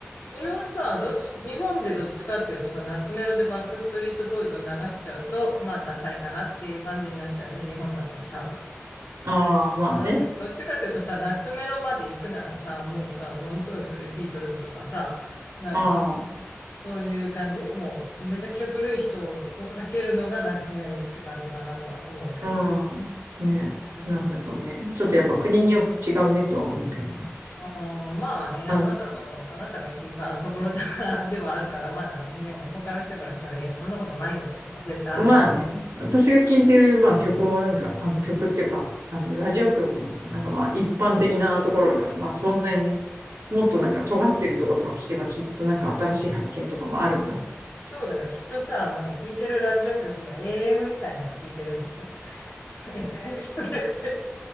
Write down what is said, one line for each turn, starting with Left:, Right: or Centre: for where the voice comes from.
Left: これはさ、どうし、日本でどっちかっていうとさ、夏メロでバックストリートボーイズを流しちゃうと、まあ、ダサいかなっていう感じになっちゃうよね、日本だと多分。わ
Right: ああ、まあね、
Left: からない。どっちかっていうとさ、夏メロまで行くならさ、もうさ、ものすごい古いビートルズとかさ、なんか、
Right: ああ、
Left: そういう感じもう、めちゃくちゃ古い人をかけるのが夏メロって感じかなとは思うけど。
Right: うん、ね、
Left: うん、
Right: なんだかね、ちょっとやっぱ国によって違うねとは思うけどね。
Left: あーまあね、
Right: あ、
Left: あなたの、
Right: うん
Left: あなたが聞いたところでは、<laughs> ではあるから、まだね、他の人からしたら、いや、そんなことないよっていうのは絶対あるはずだ。
Right: まあね、私が聴いてる、まあ曲もなんか、あの曲っていうか、あの、ラジオ曲もさ、なんかまあ一般的なところだから、まあそんなにね、もっとなんか尖ってるとことか聞けばきっとなんか新しい発見とかもあるんだろうね。
Left: そうだよ。きっとさ、なんか聞いてるラジオ局が AM みたいなの聞いてるんでしょ ?FM <laughs> じゃなくて、